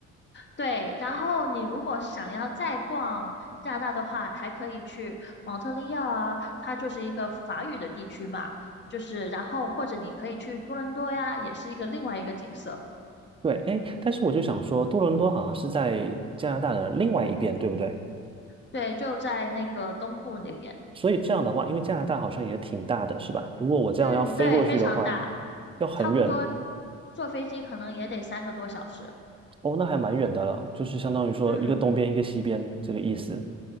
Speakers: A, on the left; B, on the right.
A: 对，然后你如果想要再逛加拿大的话，还可以去蒙特利尔啊，它就是一个法语的地区嘛，就是然后或者你可以去多伦多呀，也是一个另外一个景色。
B: 对，哎，但是我就想说，多伦多好像是在加拿大的另外一边，对不对？
A: 对，就在那个东部那边。
B: 所以这样的话，因为加拿大好像也挺大的，是吧？如果我这样要飞过去的话，
A: 嗯，对，非常大，
B: 要很远
A: 差不多坐飞机可能也得三个多小时。
B: 哦，那还蛮远的了，就是相当于说一个东边一个西边这个意思。
A: 嗯。